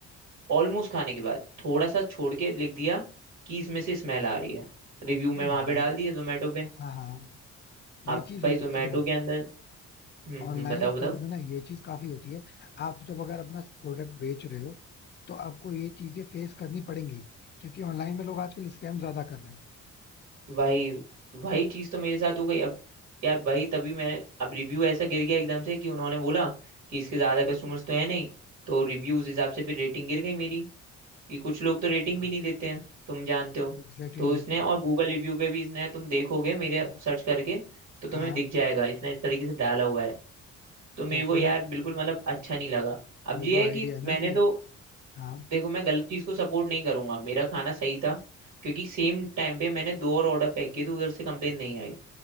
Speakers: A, on the right; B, on the left.
A: ऑलमोस्ट खाने के बाद थोड़ा सा छोड़ के लिख दिया कि इसमें से स्मेल आ रही है रिव्यू
B: नहीं
A: में वहां पे
B: ये
A: डाल दिया जोमेटो पे
B: हाँ हाँ ये
A: अब
B: चीज
A: भाई
B: होती
A: जोमेटो
B: है देखो
A: के अंदर हम्म
B: ऑनलाइन
A: हम्म बताओ बताओ
B: फूड में ना ये चीज काफी होती है आप जब अगर अपना प्रोडक्ट बेच रहे हो तो आपको ये चीजें फेस करनी पड़ेंगी क्योंकि ऑनलाइन में लोग आजकल स्कैम ज्यादा कर रहे हैं
A: वही वही चीज तो मेरे साथ हो गई अब यार वही तभी मैंने अब रिव्यू ऐसा गिर गया एकदम से कि उन्होंने बोला कि इसके ज्यादा कस्टमर्स तो है नहीं तो रिव्यू उस हिसाब से फिर रेटिंग गिर गई मेरी कि कुछ लोग तो रेटिंग
B: हाँ
A: भी नहीं देते हैं तुम जानते हो
B: एग्जैक्टली
A: तो इसने
B: ये
A: और गूगल रिव्यू पे भी इसने तुम देखोगे मेरे
B: हाँ
A: सर्च करके तो तुम्हें
B: हाँ,
A: दिख जाएगा इसने इस तरीके से डाला हुआ है तो मेरे
B: तो
A: को
B: फिर
A: यार
B: आप
A: बिल्कुल मतलब अच्छा नहीं लगा अब
B: ये
A: ये
B: जो
A: है
B: आइडिया
A: कि
B: है ना
A: मैंने
B: अभी
A: तो
B: हाँ
A: देखो मैं गलत चीज को सपोर्ट नहीं करूंगा मेरा खाना सही था क्योंकि सेम टाइम पे मैंने दो और ऑर्डर पैक किए तो उधर से कंप्लेन नहीं आई